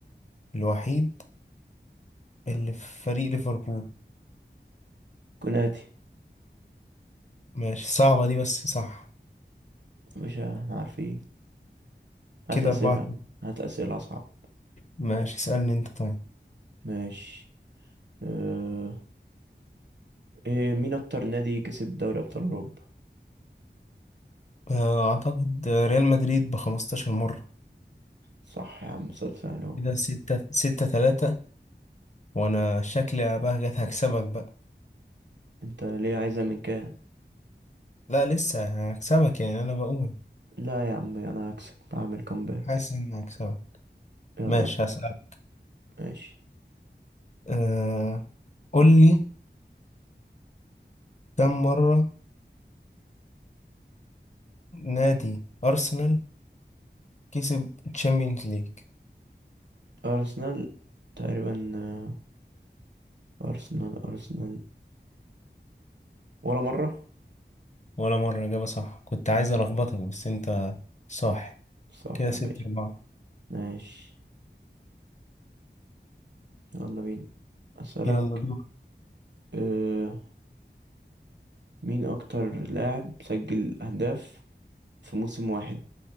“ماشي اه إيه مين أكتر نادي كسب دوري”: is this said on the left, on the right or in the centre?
Right